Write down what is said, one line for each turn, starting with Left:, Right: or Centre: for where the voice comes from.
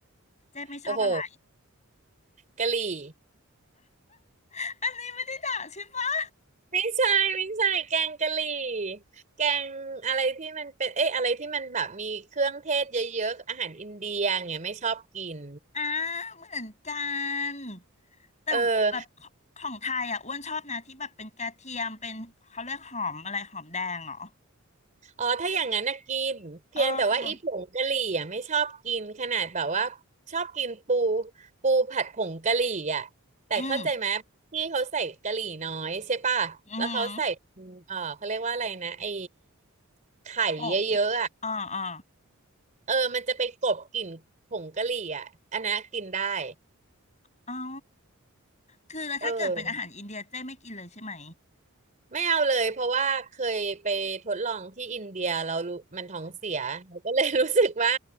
Left: เจ๊ไม่ชอบอะไร
Right: โอ้โหกะหรี่
Left: <laughs> อันนี้ไม่ได้ด่าใช่ปะ
Right: ไม่ใช่ไม่ใช่แกงกะหรี่แกงอะไรที่มันเป็น เอ้ยอะไรที่มันแบบมีเครื่องเทศเยอะๆอาหารอินเดียอย่างเงี้ยไม่ชอบกิน
Left: อ่าเหมือนกันแต่แบบขของไทยอ่ะอ้วนชอบนะที่แบบเป็นกระเทียมเป็นเขาเรียกหอมอะไรหอมแดงเหรอ
Right: เออ อ๋อถ้าอย่างนั้นนะกินเพียงแต่ว่าอีผงกะหรี่อ่ะไม่ชอบกินขนาดแบบว่า
Left: เออ
Right: ชอบกินปูปูผัดผงกะหรี่อ่ะแต่เข้าใจไหมที่เขาใส่กะหรี่น้อยใช่ป่ะแล้วเขาใส่
Left: อืมอืม
Right: เออเขาเรียกว่าอะไรนะไอ้ไข่เยอะๆอ่ะ
Left: ผงอ่าอ่า
Right: เออมันจะไปกลบกลิ่นผงกะหรี่อ่ะอันนั้นกินได้
Left: เอ้าคือแล้วถ้าเกิดเป็นอาหารอินเดียเจ้ไม่กินเลยใช่ไหม
Right: เออ ไม่เอาเลยเพราะว่าเคยไปทดลองที่อินเดียเรารู้มันท้องเสียเราก็เลยรู้สึกว่า